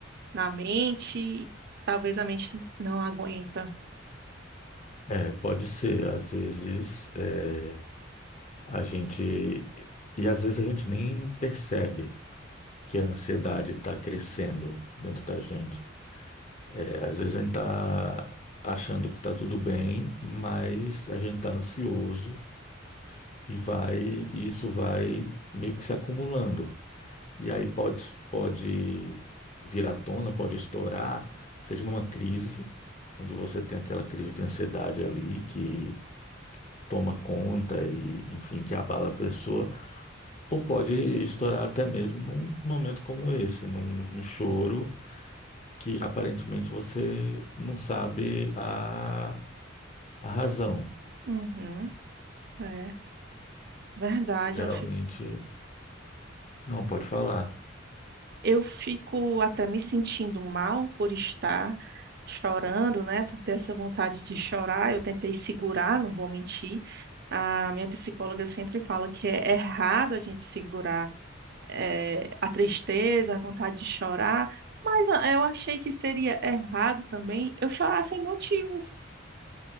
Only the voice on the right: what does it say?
na mente, e talvez a mente não aguenta.
Uhum, é verdade,
eu
Eu fico até me sentindo mal por estar chorando, né? Por ter essa vontade de chorar. Eu tentei segurar, não vou mentir. A minha psicóloga sempre fala que é errado a gente segurar, eh, a tristeza, a vontade de chorar, mas ah, eu achei que seria errado também eu chorar sem motivos.